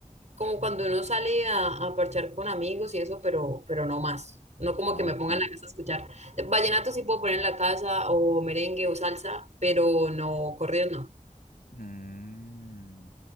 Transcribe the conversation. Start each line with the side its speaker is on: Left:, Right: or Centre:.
Right: como cuando uno sale a, a parchar con amigos y eso, pero, pero no más. No como
Left: Ah,
Right: que me
Left: ok.
Right: ponga en la casa a escuchar. Vallenato sí puedo poner en la casa, o merengue o salsa, pero no, corridos no.
Left: Mm,